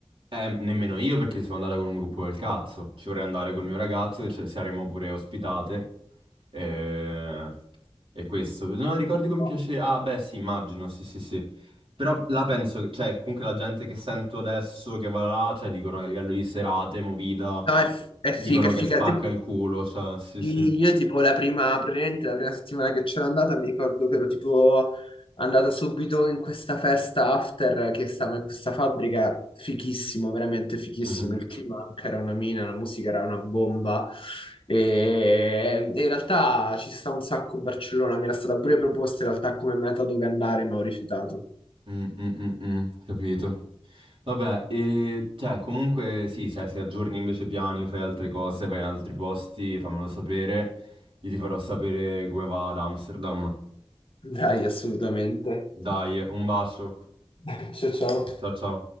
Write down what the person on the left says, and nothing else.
No,
No, è, è
figa, è
figa.
Te-
Sì, Io tipo la prima, praticamente la prima settimana che c'era andata mi ricordo che ero tipo andata subito in questa festa after che stava in questa fabbrica, fichissimo, veramente fichissimo,
il clima anche era una mina, la musica era una bomba e, e in realtà ci sta un sacco Barcellona, mi era stata pure proposta in realtà come meta dove andare ma ho rifiutato.
Dai, assolutamente.
<laughs> Ciao ciao.